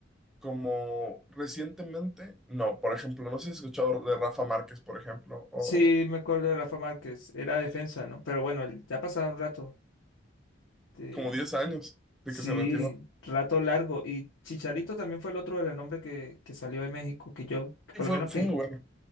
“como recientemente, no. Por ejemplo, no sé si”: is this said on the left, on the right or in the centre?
Centre